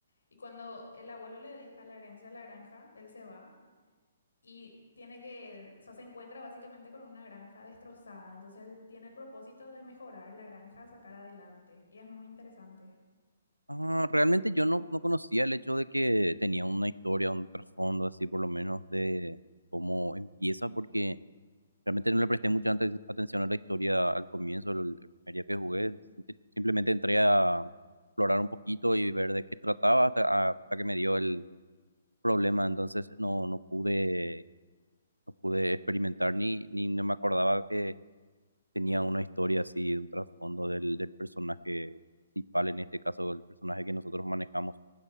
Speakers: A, on the left; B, on the right.
A: Y cuando el abuelo le deja la herencia a la granja, él se va y tiene que, o sea, se encuentra básicamente con una granja destrozada. Entonces él tiene el propósito de mejorar la granja, sacar adelante. Y es muy interesante.
B: Ah, realmente yo no, no conocía el hecho de que tenía una historia, un trasfondo así por lo menos de cómo empieza, porque Realmente no le presté mucha ante- atención a la historia al comienzo, el, el primer día que jugué. Simple- Simplemente entré a explorar un poquito y ver de qué trataba hasta, hasta que me dio el problema. Entonces no, no pude, no pude experimentar ni, ni no me acordaba que tenía una historia así, un trasfondo del, del personaje principal, en este caso el personaje que nosotros manejamos.